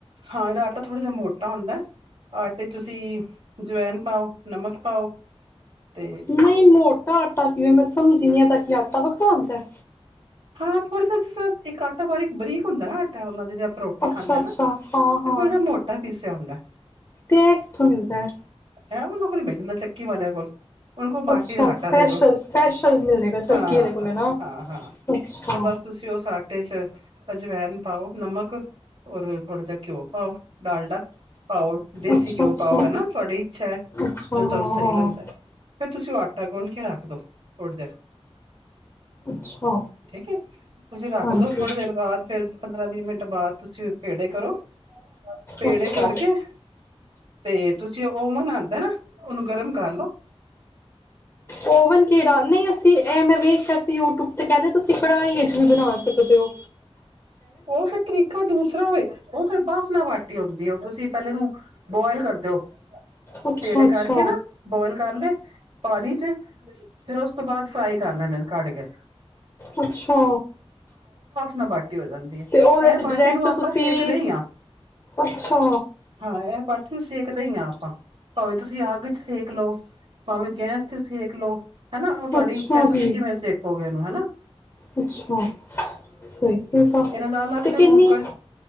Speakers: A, on the right (about 60°); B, on the left (about 25°).
A: ਹਾਂ ।ਇਹਦਾ ਆਟਾ ਥੋੜਾਂ ਜਿਹਾਂ ਮੋਟਾ ਹੁੰਦਾਂ। ਆਟੇ ਤੁਸੀਂ ਜਵੈਨ ਪਾਓ ਨਮਕ ਪਾਓ। ਤੇ
B: ਨਹੀਂ- ਮੋਟਾ ਆਟਾ। ਮੈਂਨੂੰ ਸਮਝ ਨਹੀਂ ਆਈਂ ।ਇਹਦਾ ਕੀ ਆਟਾ ਵੱਖ਼ਰਾ ਹੁੰਦਾਂ ਏ
A: ਹਾਂ ਥੋੜਾਂ ਜਿਹਾਂ ਜਿਸ ਤਰ੍ਹਾਂ ਇੱਕ ਆਟਾ ਬਾਰੀਕ ਬਰੀਕ ਹੁੰਦਾਂ ਨਾਂ ਆਟਾ ਮਤਲਬ ਜਿਵੇਂ ਰੋਟੀ ਖਾਂਦੇ
B: ਅੱਛਾ
A: ਆ
B: ਅੱਛਾ
A: ਨਾਂ
B: ਹਾਂ ਹਾਂ
A: ਉਹ ਥੋੜਾਂ ਜਿਹਾਂ ਮੋਟਾ। ਪੀਸਿਆ ਹੁੰਦਾ।
B: ਤੇ ਏ ਕਿੱਥੋਂ ਮਿਲਦਾ?
A: ਐ ਵਾਲਾ ਹੁਰੇ ਮਿਲ ਜਾਂਦਾ ਚੱਕੀ ਵਾਲਿਆਂ ਕੋਲ ਉਹਨਾਂ ਕੋਲ ਬਾਟੀ
B: ਅੱਛਾ
A: ਦਾ ਆਟਾ
B: ਸਪੈਸ਼ਲ
A: ਦੇ ਦੋ
B: ਸਪੈਸ਼ਲ ਮਿਲੇਗਾ ਚੱਕੀ
A: ਹਾਂ
B: ਆਲੇ ਕੋਲ ਨਾ।
A: ਹਾਂ ਹਾਂ
B: ਅੱਛਾ
A: ਤੇ ਬਸ ਤੁਸੀਂ ਉਹ ਸੱਟ ਪਤੇ ਚ ਫਿਰ ਅਜਵੈਨ ਪਾਓ, ਨਮਕ ਔਰ ਥੋੜ੍ਹਾ ਜਿਹਾ ਘਿਓ ਪਾਓ ਡਾਲਡਾ ਪਾਓ ਦੇਸੀ
B: ਅੱਛਾ
A: ਘਿਓ
B: ਅੱਛਾ
A: ਪਾਓ ਹਨਾਂ! ਤੁਆਡੀ ਇੱਛਾ ਐ
B: ਅੱਛਾ
A: ਜੋ
B: ਹਾਂ
A: ਤੁਆਨੂੰ ਸਹੀ
B: ਹਾਂ
A: ਲੱਗਦਾ ਫਿਰ ਤੁਸੀਂ ਟਾ ਗੁਣ ਕੇ ਰੱਖ ਦੋ ਥੋੜੀ ਦੇਰ
B: ਅੱਛਾ
A: ਠੀਕ ਏ, ਤੁਸੀਂ ਰੱਖਦੋ
B: ਹਾਂਜੀ
A: ਥੋੜੇ ਦੇਰ ਬਾਅਦ ਫਿਰ ਪੰਦਰਾਂ ਵੀਹ ਮਿੰਟ ਬਾਅਦ ਤੁਸੀਂ ਪੇੜੇ ਕਰੋ ਪੇੜੇ
B: ਅੱਛਾ
A: ਕਰਕੇ ਤੇ ਤੁਸੀਂ ਉਹ ਮਨਾਂਦੇ ਨਾ ਉਹਨੂੰ ਗਰਮ ਕਰ ਲੋ।
B: ਓਵਨ ਕਿਹੜਾ ਨਈਂ ਅਸੀਂ ਇਹ ਮੈਂ ਵੇਖਿਆ ਅਸੀਂ ਯੂਟਿਊਬ ਤੇ ਕਹਿੰਦੇ ਤੁਸੀਂ ਪੜ੍ਹਾਈ ਏ ਵੀ ਬਣਾ ਸਕਦੇ ਔ।
A: ਉਹ ਫਿਰ ਤਰੀਕਾ ਦੂਸਰਾ ਏ ਉਹ ਫਿਰ ਬਾਫ਼ ਨਾ ਵਾਟੀ ਆਉਂਦੀ ਐ। ਤੁਸੀਂ ਪਹਿਲੇ ਨੂੰ ਬੋਇਲ ਕਰ ਦਿਓ।
B: ਅੱਛਾ
A: ਪੇੜੇ
B: ਅੱਛਾ
A: ਕਰਕੇ ਨਾ ਬੋਇਲ ਕਰ ਲਏ ਪਾਣੀ ਚ ਫਿਰ ਉਸ ਤੋਂ ਬਾਅਦ ਫਰਾਈ ਕਰ ਲੈਣੇ ਨੇ ਕੱਢ ਕੇ
B: ਅੱਛਾ
A: ਨਾ ਬਾਟੀ ਹੋ ਜਾਂ
B: ਤੇ ਉਹਦੇ
A: ਇਹ
B: ਚ
A: ਬਾਟੀ
B: ਡਾਇਰੈਕਟ
A: ਨੂੰ ਆਪਾਂ
B: ਤੁਸੀਂ
A: ਸੇਕਦੇ ਈਂ ਆਂ,
B: ਅੱਛਾ
A: ਹਾਂ ਇਹ ਬਾਟੀ ਨੂੰ ਸੇਕਦੇ ਹਂ ਆਂ। ਭਾਵੇਂ ਤੁਸੀਂ ਅੱਗ ਚ ਸੇਕ ਲਓ, ਭਾਵੇਂ ਗੈਸ ਤੇ ਸੇਕ ਲਓ। ਹਨਾਂ, ਉਹ ਤੁਆਡੀ
B: ਅੱਛਾ
A: ਇੱਛਾ ਤੁਸੀਂ
B: ਜੀ
A: ਕਿਵੇਂ ਸੇਕੋਗੇ ਇਹਨੂੰ ਹਨਾਂ!
B: ਅੱਛਾ ਸਹੀ ਐ, ਗ
A: ਇਹਨਾਂ ਦਾ ਅਲੱਗ
B: ਤੇ
A: ਜਿਹਾ
B: ਕਿੰਨੀ
A: ਕੁੱਕਰ